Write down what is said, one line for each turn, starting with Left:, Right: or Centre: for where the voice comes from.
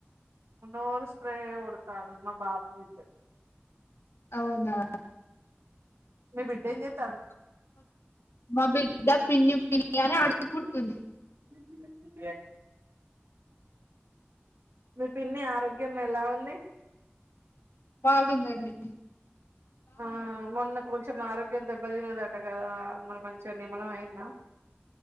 Right: రోజు స్ప్రే కొడుతండు మా బాబు ఊకే
Left: అవునా
Right: మీ బిడ్డ ఏచేస్తూ
Left: మా బిడ్డ పిన్ని పిన్నీ అని అరుచుకుంటుంది
Right: <unintelligible> మీ పిన్ని ఆరోగ్యం ఎలా ఉంది
Left: బాగుంది అండి
Right: ఆ మొన్న కొంచెం ఆరోగ్యం దేబ్బా దేబ్బ తిన్నారట కదా మరి మంచిగా నిమ్మలం అయిందా